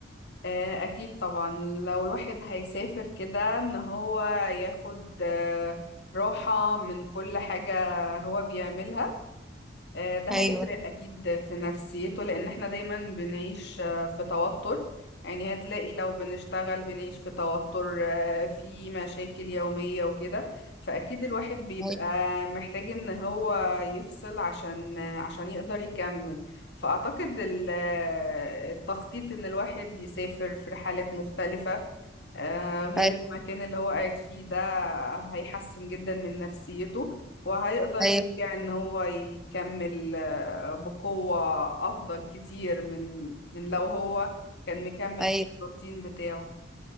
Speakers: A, on the left; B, in the centre.
A: آه، اكيد طبعا لو الواحد هيسافر كده ان هو ياخد آه، راحة من كل حاجة هو بيعملها آه،
B: <laughs>
A: ده
B: ايوه
A: هيفرق أكيد في نفسيته لأن احنا دايما بنعيش آه، في توتر يعني هتلاقي لو بنشتغل بنعيش في توتر آه، في مشاكل يومية وكده فأكيد الواحد بيبقى
B: ايوه
A: محتاج إن هو يفصل عشان آه، عشان يقدر يكمل فأعتقد ال- آه، التخطيط إن الواحد يسافر في رحلات مختلفة آه، غير
B: ايوه
A: المكان اللي هو قاعد فيه ده هيحسن جدا من نفسيته وهيقدر
B: ايوه,
A: يرجع ان هو يكمل آه، بقوة افضل كتير من من لو هو كان مكمل
B: أيوة.
A: في الروتين بتاعه